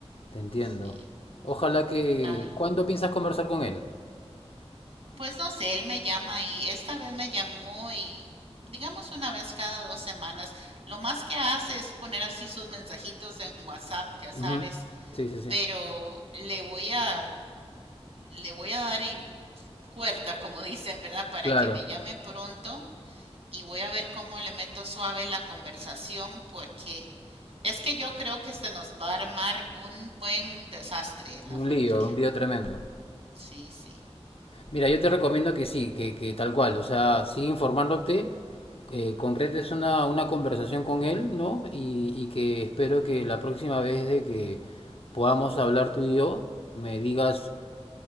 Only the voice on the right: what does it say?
Sí.
Ay.
Pues no sé, él me llama y esta vez me llamó y digamos una vez cada dos semanas. Lo más que hace es poner así sus mensajitos en WhatsApp, ya sabes,
pero le voy a le voy a dar y- cuerda, como dicen, ¿verdad? Para
que me llame pronto y voy a ver cómo le meto suave la conversación porque es que yo creo que se nos va a armar un buen desastre en
la familia.
Sí, sí.